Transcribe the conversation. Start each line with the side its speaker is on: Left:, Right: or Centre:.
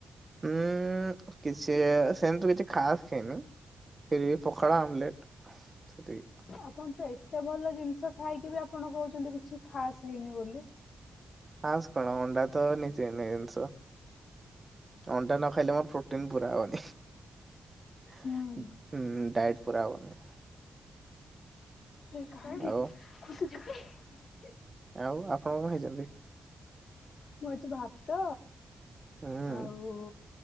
Right: ହୁଁ କିଛି ସେମତି ତ କିଛି ଖାସ୍ ଖାଇନି ଫିରିବିପଖାଳ ଅମଲେଟ ସେତିକି।
Left: ଆପଣ ତ ଏତେ ଭଲ ଜିନିଷ ଖାଇକି ବି ଆପଣ କହୁଛନ୍ତି କିଛି ଖାସ ହେଇନି ବୋଲି।
Right: ଖାସ୍ କଣ ଅଣ୍ଡା ତ ନିତିଦିନିଆ ଜିନିଷ। ତ ଅଣ୍ଡା ନ ଖାଇଲେ ମୋର ପ୍ରୋଟିନ ପୁରା ହବନି। ହ
Left: ହୁଁ
Right: - ହୁଁ। ଡାଇଟ ପୁରା ହବନି।
Left: ଏ କାହିଁକି
Right: ଆଉ
Left: ଖୁସି। ଇ ହିଁ।
Right: ଆଉ ଆପଣ କଣ ଖାଇଛନ୍ତି।
Left: ମୁଁ ଆଜି ଭାତ
Right: ହୁଁ
Left: ଆଉ